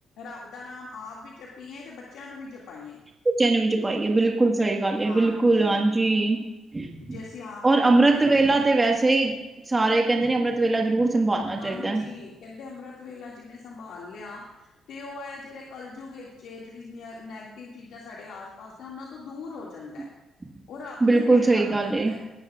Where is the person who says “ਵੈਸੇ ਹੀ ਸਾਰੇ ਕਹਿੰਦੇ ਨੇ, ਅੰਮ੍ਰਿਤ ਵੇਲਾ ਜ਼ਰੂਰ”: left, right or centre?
Right